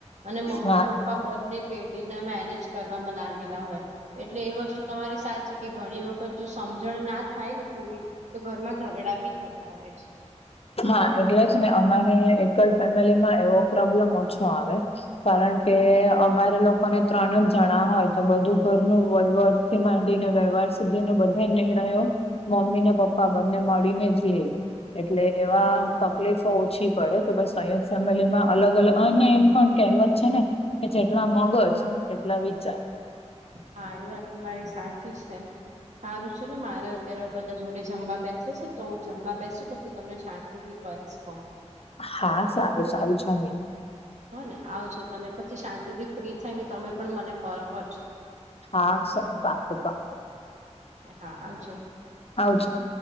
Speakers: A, on the right (about 75°); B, on the left (about 55°).
A: અને મમ્મી
B: હા
A: પપ્પ પ્પા બર ની પેઢીને મેનેજ કરવામાં લાગે હોય એટલે એ વસ્તુ તમારી સાચ છે કે ઘણી વખત જો સમજણ ના થાય ને પૂરી તો ઘરમાં ઝઘડા બી થતા હોય છે.
B: હા એટલે જ ને અમારે એકલ ફેમિલી માં એવો પ્રોબ્લેમ ઓછો આવે કારણ કે અમારે લોકોને ત્રણ જ જણા હોય બધું ઘરનું વહીવટથી માંડીને વ્યવહાર સુધી ને બધા નિર્ણયો મમ્મી ને પપ્પા બંને મળીને જ લે એટલે એવા
A: હા
B: તકલીફો ઓછી પડે કે સહયોગ ફેમિલીમાં અલગ અલગ અને એમ પણ કહેવત છે ને કે જેટલા મગજ એટલા વિચાર
A: હા એ વાત તમારી સાચી છે. સારું છે ને મારે અત્યારે બધા જોડે જમવા બેસે છે તો હું જમવા બેસુ પછી તમને શાંતિથી કરીશ ફોન
B: હા સારું સારું જ મે્યું
A: હો ને આવજો તમે પછી શાંતિથી ફ્રી થઈ ને તમે પણ મને કોલ કરજો
B: હા સર પાકુ પાકુ
A: હા આવજો
B: આવાજ